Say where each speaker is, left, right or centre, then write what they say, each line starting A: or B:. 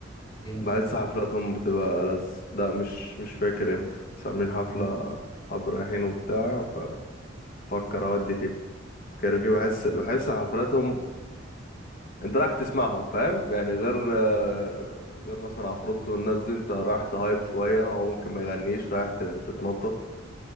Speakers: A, on the left (about 20°); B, on the left (about 45°).
A: امتى
B: بحس حفلاتهم بتبقى لز لا مش مش فاكر امتى بس عاملين حفلة
A: امم
B: صحابي رايحين وبتاع ففكر اودي فيها كايروكي بحس
A: حاجه
B: بحس حفلاتهم انت رايح تسمعهم فاهم يعني غير آه، غير مثلا عفروتو والناس دي انت رايح تهايب شوية هو ممكن ما يغنيش رايح ت- تتنطط